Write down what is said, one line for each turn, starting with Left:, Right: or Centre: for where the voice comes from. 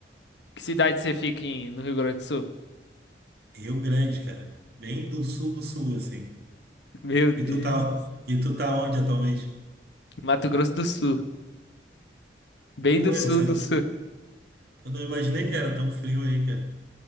Left: Que cidade você fica em- no Rio Grande do Sul?
Right: Rio Grande, cara. Bem do sul do sul, assim.
Left: Meu Deus.
Right: E tu tá, e tu tá onde atualmente?
Left: Mato Grosso do Sul. Bem
Right: Pô,
Left: do
Right: eu
Left: sul
Right: não sabia.
Left: do sul.
Right: Eu não imaginei que era tão frio aí, cara.